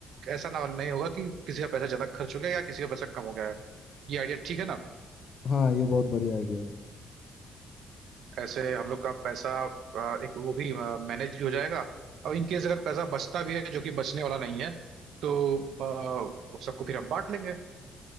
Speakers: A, on the right; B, on the left.
A: ऐसा ना नहीं होगा कि किसी का पैसा ज्यादा खर्च हो गया या किसी का पैसा कम हो गया है ये आइडिया ठीक है ना
B: हाँ ये बहुत बढ़िया आइडिया है
A: ऐसे हम लोग का पैसा आ, एक वो भी मैनेज भी हो जाएगा और इन केस अगर पैसा बचता भी है जो कि बचने वाला नहीं है तो आ, सबको फिर हम बांट लेंगे